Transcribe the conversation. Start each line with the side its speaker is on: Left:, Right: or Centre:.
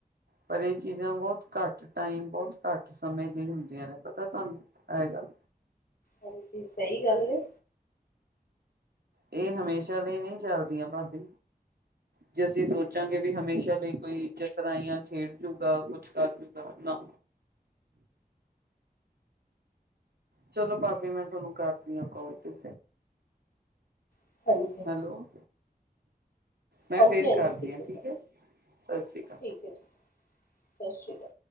Right: ਪਰ ਇਹ ਚੀਜ਼ਾਂ ਬਹੁਤ ਘੱਟ ਟਾਈਮ ਬਹੁਤ ਘੱਟ ਸਮੇਂ ਲਈ ਹੁੰਦੀਆਂ ਨੇ ਪਤਾ ਤੁਹਾਨੂੰ। ਆ ਗੱਲ।
Left: ਹਾਂਜੀ ਸਹੀ ਗੱਲ ਏ।
Right: ਇਹ ਹਮੇਸ਼ਾ ਲਈ ਨਹੀਂ ਚੱਲਦੀਆਂ ਭਾਬੀ ਜੇ ਅਸੀਂ ਸੋਚਾਂਗੇ ਵੀ ਹਮੇਸ਼ਾ ਲਈ ਕੋਈ ਚਤਰਾਈਆਂ ਖੇਡ ਜੂਗਾ ਕੁਛ ਕਰ ਜੂਗਾ ਨਾ। ਚਲੋ ਭਾਬੀ ਮੈਂ ਤੁਹਾਨੂੰ ਕਰਦੀ ਹਾ ਕਾਲ ਤੇ।
Left: ਹਾਂਜੀ
Right: ਹੈਲੋ। ਮੈਂ
Left: ਹਾਂਜੀ,
Right: ਫੇਰ
Left: ਹਾਂਜੀ
Right: ਕਰਦੀ
Left: ਠੀਕ
Right: ਹਾਂ
Left: ਹੈ।
Right: ਸਤਿ ਸ਼੍ਰੀ ਅਕਾਲ
Left: ਠੀਕ ਹੈ। ਜੀ। ਸਤਿ ਸ਼੍ਰੀ ਅਕਾਲ।